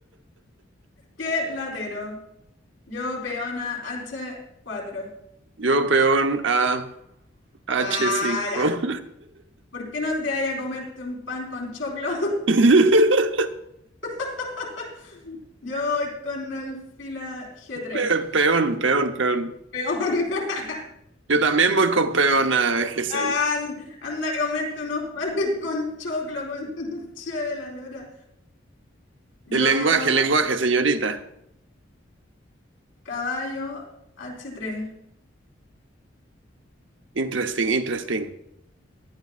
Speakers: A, on the left (about 80°); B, on the right (about 75°).
A: Qué latero. Yo, peona H4.
B: Yo peón a H5.
A: Ah, ya. ¿Por qué no te vayas a comerte un pan con choclo?
B: <laughs>
A: <laughs> Yo voy con el fila G3.
B: Pe- Peón, peón, peón.
A: Peón. <laughs>
B: Yo también voy con peón a G6.
A: An- Anda a comerte unos panes con choclo, con che de la lora. Yo,
B: El lenguaje, el lenguaje, señorita.
A: caballo H3.
B: Interesting, interesting.